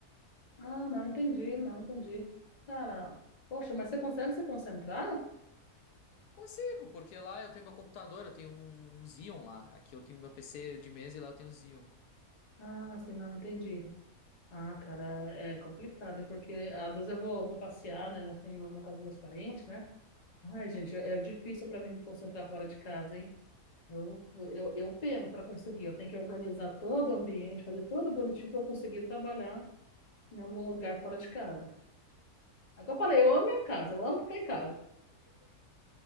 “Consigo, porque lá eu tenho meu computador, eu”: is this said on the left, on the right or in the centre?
Left